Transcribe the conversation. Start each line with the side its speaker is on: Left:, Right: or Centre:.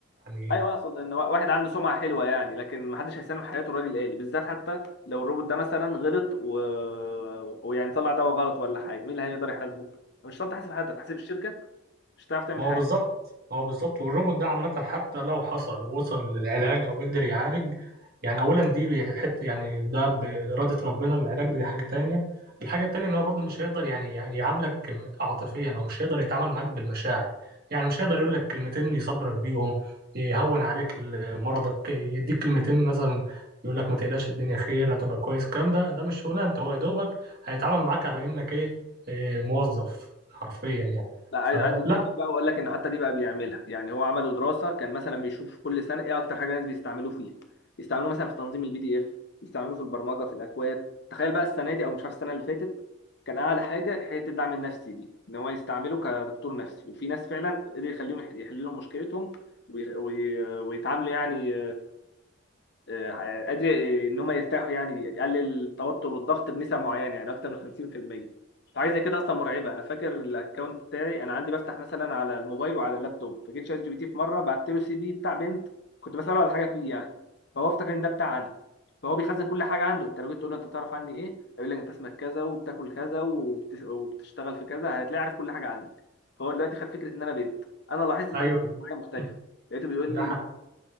Right: يعني
Left: ايوه اقصد ان وا- واحد عنده سمعه حلوه يعني لكن محدش هيسلم حياته الراجل آلي بالذات حتى لو الروبوت ده مثلا غلط و... ويعني طلع دواء غلط ولا حاجه مين اللي هيقدر يحاسبه مش هتعرف تحاسب حد هتحاسب الشركه مش هتعرف تعمل
Right: هو
Left: حاجه
Right: بالظبط هو بالظبط والروبوت ده عامة حتى لو حصل ووصل للعلاج أو قدر يعالج يعني أولا دي حتة يعني ده بإرادة ربنا العلاج دي حاجة تانية الحاجة التانية إن هو برضه مش هيقدر يعني يعني يعاملك عاطفيا أو مش هيقدر يتعامل معاك بالمشاعر يعني مش هيقدر يقول لك كلمتين يصبرك بيهم يهون عليك مرضك يديك كلمتين مثلا يقول لك ما تقلقش الدنيا خير هتبقى كويس الكلام ده ده مش شغلانته هو يا دوبك هيتعامل معاك على إنك إيه إيه، موظف حرفيا يعني
Left: لا عايز
Right: فلا
Left: عايز اصدمك بقى واقول لك ان حتى دي بقى بيعملها يعني هو عملوا دراسه كان مثلا بيشوف كل سنه ايه اكتر حاجه الناس بيستعملوه فيها يستعملوه مثلا في تنظيم البي دي اف يستعملوه في البرمجه في الاكواد تخيل بقى السنه دي او مش عارف السنه اللي فاتت كان اعلى حاجه حته الدعم النفسي دي ان هو يستعمله كدكتور نفسي وفي ناس فعلا قدر يخليهم يح- يحللوا مشكلتهم وي- وي- ويتعاملوا يعني آه، قادر ان هم يرتاحوا يعني يقلل التوتر والضغط بنسب معينه يعني اكتر من 50% فحاجه زي كده اصلا مرعبه انا فاكر الاكونت بتاعي انا عندي بفتح مثلا على الموبايل وعلى اللابتوب فجيت شات جي بي تي في مره بعت له سي في بتاع بنت كنت بساله على حاجه فيه يعني فهو افتكر ان ده بتاع انا فهو بيخزن كل حاجه عنده انت لو جيت تقول له انت تعرف عني ايه هيقول لك انت اسمك كذا وبتاكل كذا وبت- وبتشتغل في كذا هتلاقي عارف كل حاجه عنك فهو دلوقتي خد فكره ان انا بنت انا لاحظت طريقه
Right: ايوه
Left: معايا مختلفه
Right: <laughs>
Left: لقيته بيقول
Right: ده
Left: لي
Right: حق